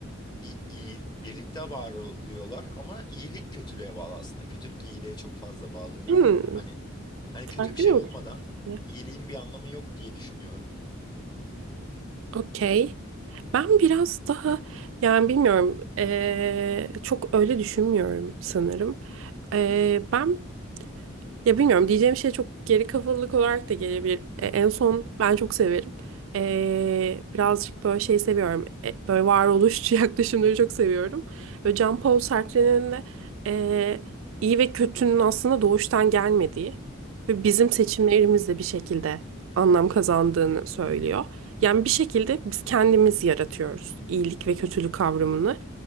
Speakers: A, on the left; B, on the right.
A: i- iyi, birlikte var oluyorlar ama iyilik kötülüğe bağlı aslında. Kötülük iyiliğe çok fazla bağlı değil.
B: Hmm,
A: Hani hani kötü
B: farklı
A: bir şey
B: bir bakış
A: olmadan
B: açısı.
A: iyiliğin bir anlamı yok diye düşünüyorum.
B: Okey. Ben biraz daha yani bilmiyorum ee, çok öyle düşünmüyorum sanırım. Ee, ben Ya bilmiyorum diyeceğim şey çok geri kafalılık olarak da gelebilir. E, en son ben çok severim. E, birazcık böyle şey seviyorum. E, böyle varoluşçu <laughs> yaklaşımları çok seviyorum. Böyle Jean-Paul Sartre'nin de e, iyi ve kötünün aslında doğuştan gelmediği ve bizim seçimlerimizle
A: Hı hı.
B: bir şekilde anlam kazandığını söylüyor. Yani bir şekilde biz kendimiz yaratıyoruz iyilik ve kötülük kavramını